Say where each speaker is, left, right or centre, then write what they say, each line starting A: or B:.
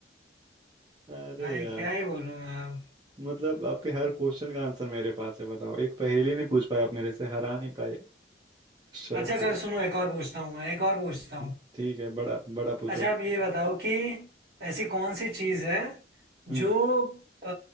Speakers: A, on the right; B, on the right.
A: अरे
B: भाई
A: यार
B: क्या ही बोलूं मैं
A: मतलब आपके हर क्वेश्चन का आंसर मेरे पास है बताओ एक पहेली नहीं पूछ पाए आप मेरे से हरा नहीं पाए शर्म
B: अच्छा
A: की
B: सर
A: बात
B: सुनो एक और पूछता हूँ मैं एक और पूछता
A: है
B: हूँ
A: ठीक है बड़ा बड़ा पूछो
B: अच्छा आप ये बताओ कि ऐसी कौन सी चीज है
A: हम्म
B: जो अ,